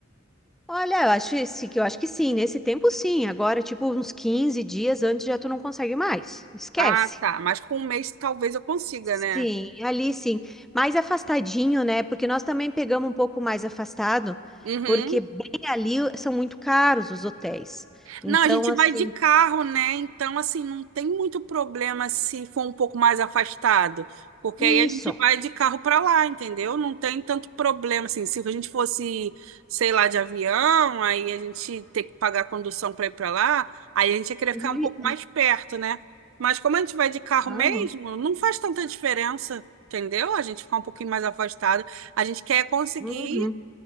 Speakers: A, in the centre; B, on the right (about 75°).
A: Olha, eu acho esse- que eu acho que sim, nesse tempo sim. Agora, tipo, uns 15 dias antes já tu não consegue mais. Esquece.
B: Ah, tá. Mas com um mês talvez eu consiga,
A: Sim,
B: né?
A: ali sim. Mais afastadinho, né? Porque nós também pegamos um pouco mais afastado,
B: Uhum.
A: porque bem ali são muito caros os hotéis. Então,
B: Não, a gente
A: assim,
B: vai de carro, né? Então, assim, não tem muito problema se for um pouco mais afastado, porque
A: isso.
B: aí a gente vai de carro para lá, entendeu? Não tem tanto problema, assim, se a gente fosse, sei lá, de avião, aí a gente ter que pagar a condução para ir para lá, aí a gente ia querer
A: Vi-
B: ficar um pouco mais perto, né? Mas como a gente vai de carro
A: Aham,
B: mesmo, não faz tanta diferença, entendeu? A gente ficar um pouquinho mais afastado. A gente quer conseguir
A: uhum.